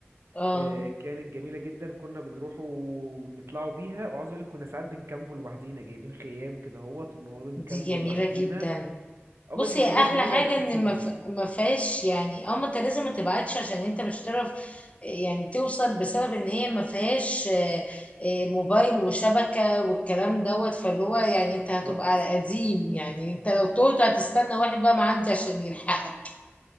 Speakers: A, on the left (about 30°); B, on the right (about 75°).
A: اه
B: آه، كانت جميلة جدا كنا بنروح ونطلعوا بيها وعاوز اقول لك كنا ساعات بنكامبو لوحدينا جايبين خيام كده اهوت ونقعد نكامبو
A: دي جميلة
B: لوحدينا
A: جدا
B: او
A: بصي
B: بس ما كناش
A: احلى
B: بنبعد
A: حاجه
B: كتير
A: ان ما ف- ما فيهاش يعني اه ما انت لازم ما تبعتش عشان انت مش هتعرف يعني توصل بسبب ان هي ما فيهاش آه، آه، موبايل وشبكه والكلام دوت فاللي هو يعني
B: بالظبط
A: انت هتبقى على قديم يعني انت لو توت هتستنى واحد بقى معدي عشان يلحقك